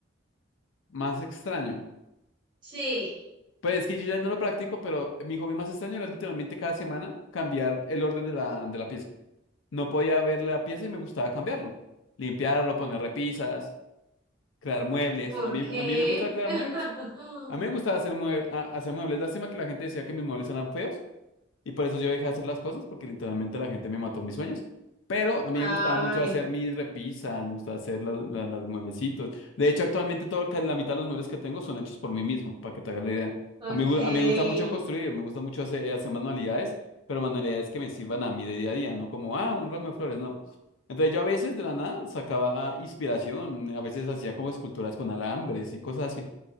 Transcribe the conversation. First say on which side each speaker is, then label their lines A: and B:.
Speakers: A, on the left; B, on the right.
A: más extraño.
B: Sí.
A: Pues es que yo ya no lo practico, pero mi hobby más extraño era literalmente cada semana cambiar el orden de la, de la pieza. No podía ver la pieza y me gustaba cambiarlo. Limpiarlo, poner repisas, crear muebles.
B: ¿Por
A: A mí,
B: qué?
A: a mí me gusta crear
B: <laughs>
A: muebles. A mí me gustaba hacer, mue- a- hacer muebles. Lástima que la gente decía que mis muebles eran feos. Y por eso yo dejé de hacer las cosas, porque literalmente la gente me mató mis sueños. Pero a mí
B: Ay,
A: me gustaba mucho hacer mis repisas, me gustaba hacer las, las- las mueblecitos. De hecho, actualmente todo, casi la mitad de los muebles que tengo son hechos por mí mismo, para que te hagas la idea.
B: ok.
A: A mí, gu- a mí me gusta mucho construir, me gusta mucho hacer, hacer manualidades, pero manualidades que me sirvan a mí de día a día, no como, ah, un ramo de flores, no. Entonces yo a veces de la nada sacaba inspiración, a veces hacía como esculturas con alambres y cosas así.